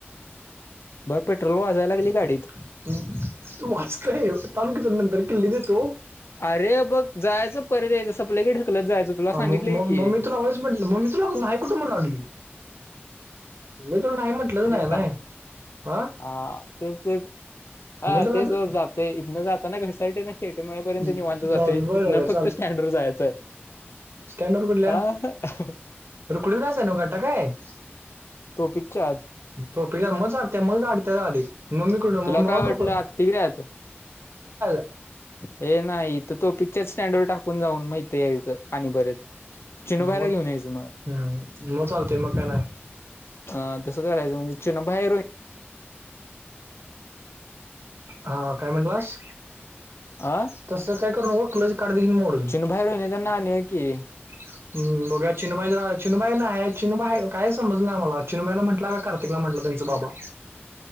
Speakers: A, on the left; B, on the right.
A: बरं पेट्रोल वाजयला लागली गाडीत.
B: तू वाच काय यो थांब कि तुला नंतर किल्ली देतो.
A: अरे बघ जायचं परत यायचं सपला की ढकलत जायचं. तुला
B: हा
A: सांगितलंय
B: म मी म
A: की
B: मी म मी तुला होयच म्हटलं म मी तुला नाही कुठं म्हणालोय. मी तुला नाही म्हटलंच नाही
A: बिनकाम
B: नाय हां.
A: हा तेच तेच आ
B: तुला
A: तेच रोज जाते इथनं जात ना घरसाठीने. थियटर मेळापर्यंत
B: हम्म.
A: निवांत
B: जाऊ
A: जाते तिथनं
B: बरोबर
A: फक्त स्टँडरड जायचंय.
B: स्टॅडरड वडी
A: <unintelligible>
B: <unintelligible>
A: तो पिक्चर
B: तोपी म काय चालत्या म झाडत्या झाली मम्मी कडून म
A: तुला
B: मला
A: काय
B: ऑर्डर
A: वाटलं
B: कर.
A: आत्तिगऱ्यात
B: <unintelligible>
A: ये नाही तर तो टाॅपिकच्या स्टँडर वरच, टाकून जाऊन माहितेय इथं आणि परत. चिनू
B: मग
A: भाईला घेऊन यायचं मग
B: हम्म. मग चालते, मग काय नाही.
A: अ तसं करायचं, म्हणजे चेना बाहेर होईल.
B: हा काय म्हणलास?
A: आं?
B: काय करू नको, क्लच काढलं की मोडल
A: भाई रोहिणी त्यांना आणूया की
B: <unintelligible> चिनूबाईच चिनूबाई ना आहे चिनूबाई काय समज ना मला चिनूबाईला म्हटलं का कार्तिकला म्हटलं त्यांचं बाबा.